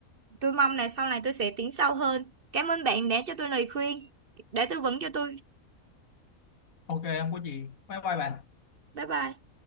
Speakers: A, on the right; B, on the left.
A: tôi mong là sau này tôi sẽ tiến sâu hơn. Cảm ơn bạn đã cho tôi lời khuyên, đã tư vấn cho tôi.
B: ok không có gì bye bye bạn
A: Bye bye.